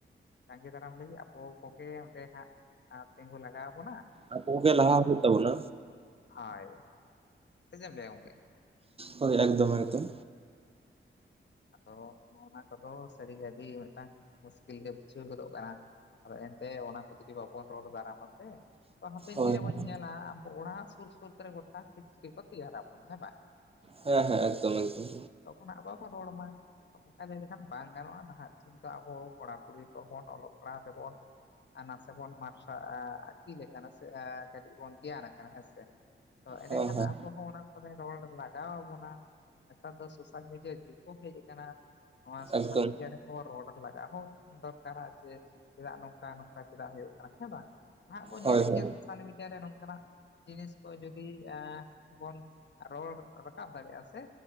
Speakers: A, on the left (about 55°); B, on the right (about 30°).
A: ᱡᱟᱸᱜᱮ ᱫᱟᱨᱟᱢ ᱞᱟᱹᱜᱤᱫ ᱟᱵᱚ ᱠᱚᱜᱮ ᱚᱸᱰᱮ ᱦᱟᱸᱜ ᱛᱤᱸᱜᱩ ᱞᱟᱜᱟᱣ ᱟᱵᱚᱱᱟ᱾
B: ᱟᱵᱚ ᱜᱮ ᱞᱟᱦᱟ ᱦᱩᱭᱩᱜ ᱛᱟᱵᱚᱱᱟ᱾
A: ᱦᱚᱭ ᱥᱮ ᱪᱮᱫ ᱮᱢ ᱞᱟ. ᱭᱟ ᱜᱚᱢᱠᱮ
B: ᱦᱳᱭ ᱮᱠᱫᱚᱢ ᱮᱠᱫᱚᱢ
A: ᱟᱫᱚᱦᱟᱸᱜ ᱚᱱᱟ ᱠᱚᱫᱚ ᱥᱟᱹᱨᱤᱜᱮ ᱟᱹᱰᱤ ᱢᱤᱫᱴᱟᱝ ᱢᱩᱥᱠᱤᱞ ᱜᱮ ᱵᱩᱡᱷᱟᱹᱣ ᱜᱚᱫᱚᱜ ᱠᱟᱱᱟ᱾ ᱟᱫᱚ ᱮᱱᱛᱮ ᱚᱱᱟ ᱠᱚ ᱡᱩᱫᱤ ᱵᱟᱵᱚᱱ ᱨᱚᱲ ᱫᱟᱨᱟᱢᱟ ᱥᱮ ᱛᱚ ᱦᱟᱯᱮᱱ
B: ᱦᱳᱭ
A: ᱫᱤᱱ ᱨᱮᱵᱚᱱ
B: ᱦᱳᱭ
A: ᱧᱮᱞᱟ ᱟᱵᱚ ᱚᱲᱟᱜ ᱥᱩᱨ-ᱥᱩᱨ ᱠᱚᱨᱮ ᱜᱚᱴᱟ ᱯᱷᱮᱠᱴᱨᱤ ᱠᱚ ᱛᱮᱭᱟᱨᱟᱵᱚᱱᱟ ᱦᱮᱸ ᱵᱟᱝ
B: ᱦᱮᱸᱻ ᱦᱮᱸᱻ ᱮᱠᱫᱚᱢ-ᱮᱠᱫᱚᱢ
A: ᱚᱱᱟ ᱵᱟᱵᱚ ᱨᱚᱲ ᱢᱟ ᱚᱱᱠᱟ ᱞᱟ. ᱭ ᱞᱮᱠᱷᱟᱱ ᱵᱟᱝ ᱜᱟᱱᱚᱜᱼᱟ ᱱᱟᱦᱟᱜ ᱴᱷᱤᱠ ᱫᱚ ᱟᱵᱚ ᱠᱚᱲᱟ-ᱠᱩᱲᱤ ᱠᱚᱵᱚᱱ ᱚᱞᱚᱜ ᱯᱟᱲᱦᱟᱜ ᱛᱮᱵᱚᱱ ᱱᱟᱥᱮ ᱵᱚᱱ ᱢᱟᱨᱥᱟᱞ ᱟᱹᱠᱤᱞ ᱥᱮ ᱠᱟᱹᱴᱤᱡ ᱵᱚᱱ ᱜᱮᱭᱟᱱ ᱟᱠᱟᱱᱟ ᱦᱮᱸᱥᱮ ᱛᱚ ᱮᱸᱰᱮᱠᱷᱟᱱ
B: ᱦᱮᱸ ᱦᱮᱸ
A: ᱟᱵᱚ ᱦᱚᱸ ᱚᱱᱟ ᱠᱚᱨᱮ ᱨᱚᱲ ᱞᱟᱜᱟᱣ ᱵᱚᱱᱟ, ᱱᱮᱛᱟᱨ ᱫᱚ ᱥᱳᱥᱟᱞ ᱢᱤᱰᱤᱭᱟ ᱡᱩᱜᱽ ᱠᱚ ᱦᱮᱡ ᱟᱠᱟᱱᱟ ᱱᱚᱣᱟ ᱥᱳᱥᱟᱞ
B: ᱮᱠᱫᱚᱢ
A: ᱢᱤᱰᱤᱭᱟ ᱨᱮ ᱨᱚᱰ ᱞᱟᱜᱟᱜ ᱦᱚᱸ ᱫᱚᱨᱠᱟᱨᱟ ᱡᱮ ᱪᱮᱫᱟᱜ ᱱᱚᱝᱠᱟ ᱱᱚᱝᱠᱟ ᱪᱮᱫᱟᱜ ᱦᱩᱭᱩᱜ ᱠᱟᱱᱟ ᱦᱮᱸ ᱵᱟᱝ ᱱᱟᱦᱟᱜ ᱵᱚᱱ
B: ᱦᱳᱭ
A: ᱧᱮᱞᱮᱫ
B: ᱦᱳᱭ
A: ᱜᱮᱭᱟ ᱥᱳᱥᱟᱞ ᱢᱤᱰᱤᱭᱟ ᱨᱮ ᱱᱚᱝᱠᱟᱱᱟᱜ ᱡᱤᱱᱤᱥ ᱠᱚ ᱡᱩᱫᱤ ᱵᱚᱱ ᱨᱚᱲ ᱨᱟᱠᱟᱵ ᱫᱟᱲᱮᱭᱟᱜᱼᱟ ᱥᱮ